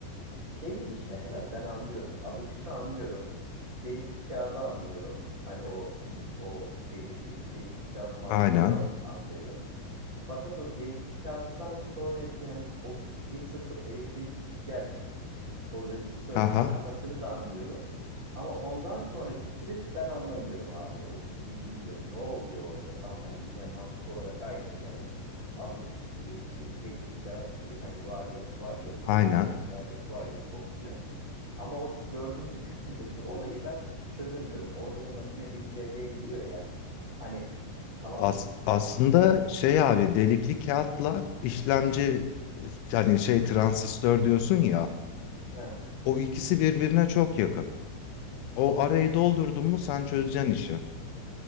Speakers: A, on the right; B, on the left.
A: Şey geçişine kadar ben anlıyorum. Abaküsü anlıyorum. Delikli kağıdı anlıyorum. Hani o ilk o şeydeki delikli kağıt mantığını
B: Aynen.
A: al- anlıyorum. Fakat o delikli kağıttan sonraki hani o bir sıfır elektrik git gel o rezistör
B: Haha.
A: kafasını da anlıyorum. Ama ondan sonraki süreç ben anlamıyorum abi. O kısmı bilmiyorum. Ne oluyor orada? Tamam hani yine mantık olarak aynı. Yani abaküs gibi işte delikli kağıt gibi hani var yok var yok
B: Aynen.
A: fonksiyon var yok var yok fonksiyon. Ama o dördüncü kısımdaki olayı ben çözemiyorum. Orada da makine dili devreye giriyor ya. Hani tamam.
B: As- aslında şey abi delikli kağıtla işlemci hani şey transistör diyorsun ya
A: He.
B: o ikisi birbirine çok yakın. O arayı doldurdun mu sen çözeceksin işi.